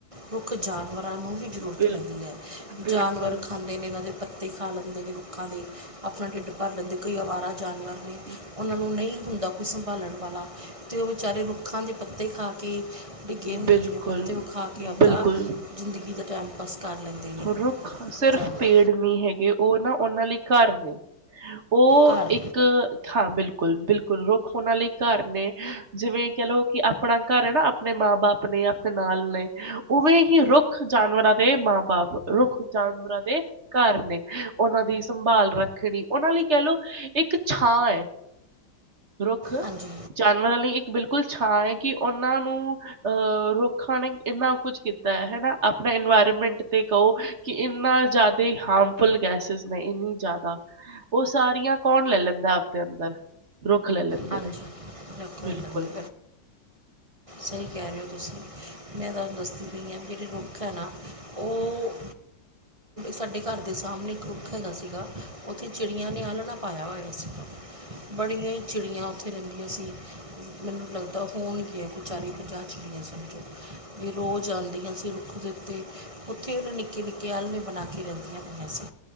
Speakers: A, on the right (about 25°); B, on the right (about 40°).
A: ਰੁੱਖ ਜਾਨਵਰਾਂ ਨੂੰ ਵੀ ਜ਼ਰੂਰਤ
B: ਬਿਲ
A: ਪੈਂਦੀ ਹੈ
B: ਬਿਲਕੁਲ
A: ਜਾਨਵਰ ਖਾਂਦੇ ਨੇ ਇਹਨਾਂ ਦੇ ਪੱਤੇ ਖਾ ਲੈਂਦੇ ਦੇ ਰੁੱਖਾਂ ਦੇ ਆਪਣਾ ਢਿੱਡ ਭਰ ਲੈਂਦੇ ਕਈ ਅਵਾਰਾ ਜਾਨਵਰ ਨੇ।
B: <unintelligible>
A: ਉਹਨਾਂ ਨੂੰ ਨਹੀਂ ਹੁੰਦਾ ਕੋਈ ਸੰਭਾਲਣ ਵਾਲਾ ਤੇ ਉਹ ਵਿਚਾਰੇ ਰੁੱਖਾਂ ਦੇ ਪੱਤੇ ਖਾ ਕੇ ਆਪਣੀ ਗੇਮ
B: ਬਿਲਕੁਲ
A: ਦੈ ਵਿੱਚ ਪੱਤੇ ਵਿਖਾ ਖਾ ਕੇ ਆਪਦਾ
B: ਬਿਲਕੁਲ
A: ਜ਼ਿੰਦਗੀ ਦਾ ਟਾਈਮ ਪਾਸ ਕਰ ਲੈਂਦੇ ਨੇ
B: ਰੁੱਖ ਸਿਰਫ
A: ਜਾਨਵਰ
B: ਪੇੜ ਮੀ ਹੈਗੇ ਉਹ ਨਾ ਉਹਨਾਂ ਲਈ ਘਰ ਨੇ ਉਹ
A: ਘਰ
B: ਇੱਕ ਇਕ ਥਾਂ ਬਿਲਕੁਲ ਬਿਲਕੁਲ ਰੁੱਖ ਹੋਣਾ ਲਈ ਘਰ ਨੇ। ਜਿਵੇਂ ਕਹਿਲਓ ਕਿ ਆਪਣਾ ਘਰ ਹੈ ਨਾ ਆਪਣੇ ਮਾਂ ਬਾਪ ਨੇ ਆਪਣੇ ਨਾਲ ਨੇ। ਉਵੇਂ ਹੀ ਰੁੱਖ ਜਾਨਵਰਾਂ ਦੇ ਮਾਂ ਬਾਪ ਰੁੱਖ ਜਾਨਵਰਾਂ ਦੇ ਘਰ ਨੇ ਉਹਨਾਂ ਦੀ ਸੰਭਾਲ ਰੱਖਣੀ ਉਹਨਾਂ ਲਈ ਕਹਿ ਲਓ ਇੱਕ ਛਾਂ ਹੈ। ਰੁੱਖ
A: ਹਾਂਜੀ।
B: ਜਾਨਵਰਾਂ ਲਈ ਇੱਕ ਬਿਲਕੁਲ ਛਾਂ ਹੈ ਕਿ ਉਹਨਾਂ ਨੂੰ ਅਹ ਰੁੱਖਾਂ ਨੇ ਇੰਨਾ ਕੁਝ ਕੀਤਾ ਹੈ ਹਨਾ ਆਪਣਾ ਇਨਵਾ ਮੈਂਟ ਤੇ ਕਹੋ ਕਿ ਇੰਨਾ ਜ਼ਿਆਦਾ ਹਾਰਮਫੁੱਲ ਗੈਸਿਸ ਨੇ ਇੰਨੀ ਜ਼ਿਆਦਾ। ਉਹ ਸਾਰੀਆਂ ਕੌਣ ਲੈ ਲੈਂਦਾ ਆਪਦੇ ਅੰਦਰ ਰੁੱਖ ਲੈ ਲੈਂਦੇ
A: ਹਾਂਜੀ
B: ਨੇ
A: ਰੈਫਰੈਂਡਮ
B: ਬਿਲਕੁਲ
A: ਦੇ ਸਹੀ ਕਹਿ ਰਹੇ ਹੋ ਤੁਸੀਂ ਮੈਂ ਤੁਹਾਨੂੰ ਦੱਸਦੀ ਹਾਂ ਜੇੜੇ ਰੁੱਖ ਹੈ ਨਾ
B: <unintelligible>
A: ਉਹ ਸਾਡੇ ਘਰ ਦੇ ਸਾਹਮਣੇ ਇੱਕ ਰੁੱਖ ਹੈਗਾ ਸੀਗਾ ਉੱਥੇ ਚਿੜੀਆਂ ਨੇ ਆਲਣਾ ਪਇਆ ਹੋਇਆ ਸੀ। ਬੜੀਆਂ ਹੀ ਚਿੜੀਆਂ ਉੱਥੇ ਰਹਿੰਦੀਆਂ ਸੀ ਮੈਨੂੰ ਲਗਦਾ ਹੋਣ ਗਿਆ। ਚਾਲੀ ਪੰਜਾਹ ਚੜੀਆਂ ਸਮਜੋ ਰੋਜ਼ ਆਉਂਦੀਆਂ ਸੀ ਰੁੱਖ ਦੇ ਉੱਤੇ। ਉੱਥੇ ਉਹਨੂੰ ਨਿੱਕੇ ਨਿੱਕੇ ਆਲ੍ਹਣੇ ਬਣਾ ਕੇ ਰਹਿੰਦੀਆਂ ਹੋਈਆਂ ਸੀ।